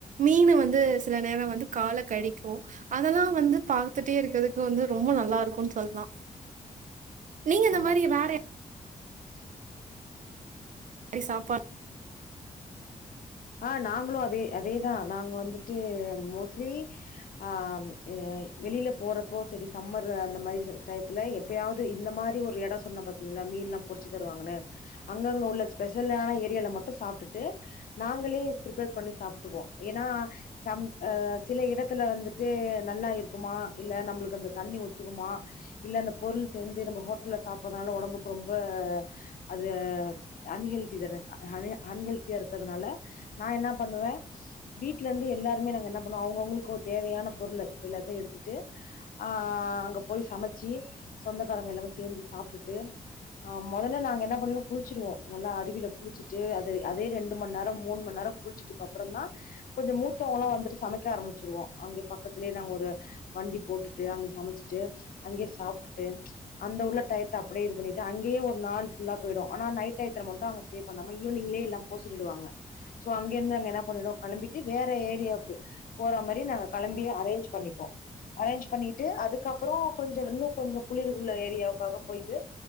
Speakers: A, on the right; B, on the left.
A: மீன் வந்து சில நேர வந்து கால கடிக்கு அதெல்லா வந்து பார்த்துட்டே இருக்கதுக்கு வந்து ரொம்ப நல்லா இருக்குனு சொல்லா நீங்க இந்த
B: ஆமா
A: மாரி வேற யா அடி சாப்பாத்
B: ஆ நாங்ளோ அதே அதே தா நாங்க வந்துட்டு மோஸ்லி ஆம் ஏ வெளியில போறப்போ சரி சம்மர் அந்த மாரி டையத்துல எப்பயாவது இ இந்த மாரி ஒரு ஏடோ சொன்ன பாத்தீங்ளா மீன் லா பொரிச்சு தருவாங்கனு அங்கங்க உள்ள ஸ்பெஷலான ஏரியல ம ட்டு சாப்டுட்டு நாங்களே பிரிப்பேர் பண்ணி சாப்பிடுவோ ஏனா சம் அ சில இடத்துல வந்துட்டு நல்லா இருக்குமா இல்ல நம்மளுக்கு அந்த தண்ணி ஒத்துக்குமா இல்ல அந்த பொருள் சேந்து நம்ம ஹோட்டல்ல சாப்டறனால ஒடம்புக்கு ரொம்ப அது அன்ஹெல்த்திதான அன் அன்ஹெல்த்தியா இருக்கறதுனால நா என்னா பண்ணுவ வீட்லந்து எல்லாருமே நாங்க என்ன பண்ணுவோ அவுங்கவுங்களுக்கு ஒரு தேவையான பொருள் எல்லாத்தையு எடுத்து ட்டு ஆ அங்க போய் சமைச்சி சொந்தக்காரங்க எல்லா சேந்து சாப்ட்டுட்டு ஆ மொதல்ல நாங்க என்ன பண்ணிருவோ குளிச்சிருவோ நல்லா அருவில குளிச்சிட்டு அது அதே ரெண்டு மண் நேரோ நா மூன் மண் நேரோ குளிச்சுட்டுக்கு அப்பறந்தான் கொஞ்சோ மூத்தவங்கல்லா வந்துட்டு சமைக்க ஆரம்பிச்சிருவோ அங்க பக்கத்துலயேதா ஒரு வண்டி போட்டுட்டு அங்க சமைச்சிட்டு அங்கயே சாப்ட்டுட்டு அந்த உள்ள டையத்த அப்டியே இது பண்ணிட்டு அங்கயே ஒரு நாள் ஃபுல்லா போயிடு ஆனா நைட் டயத்துல மட்டு அங்க ஸ்டே பண்ணாம ஈவ்னிங்லயே எல்லா போ சொல்லிடுவாங்க சோ அங்க இந்து அங்க என்ன பண்ணிடுவோ கெளம்பிட்டு வேற ஏரியாவுக்கு போறா மாரி நாங்க கெளம்பி அரேஞ்ஜ் பண்ணிப்போ அரேஞ்ச் பண்ணிட்டு அதுக்கப்புறோ கொஞ்சோ இன்னு கொஞ்சோ குளிர் உள்ள ஏரியாவுக்காக போயிட்டு